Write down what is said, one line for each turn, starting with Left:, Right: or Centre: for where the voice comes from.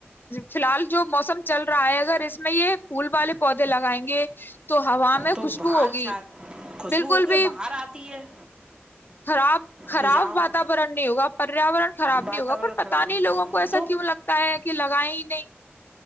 Left: فی الحال جو موسم چل رہا ہے اگر اس میں یہ پھول والے پودے لگائیں گے تو ہوا میں
Right: تو
Left: خوشبو
Right: باہر
Left: ہوگی
Right: چ خوشبو
Left: بالکل
Right: ہوگی
Left: بھی
Right: باہر آتی ہے
Left: خراب خراب
Right: فضاؤں
Left: واتورن نہیں ہوگا پریاورن خراب
Right: واتاورن
Left: نہیں ہوگا پر
Right: خراب
Left: پتا نہیں لوگوں کو ایسا
Right: تو
Left: کیوں لگتا ہے کہ لگائیں ہی نہیں